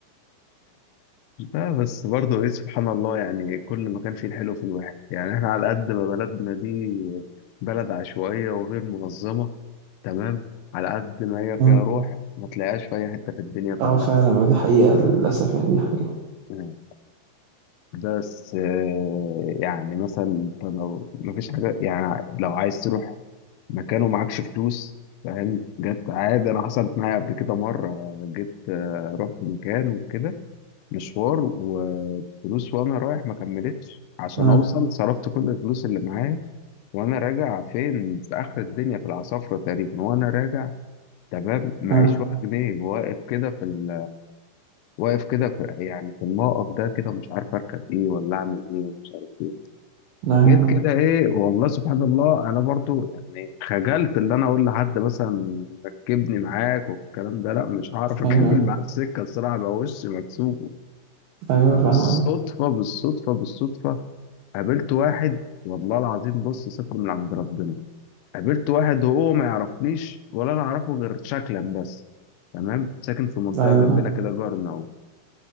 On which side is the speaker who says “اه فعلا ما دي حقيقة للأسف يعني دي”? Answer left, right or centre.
Right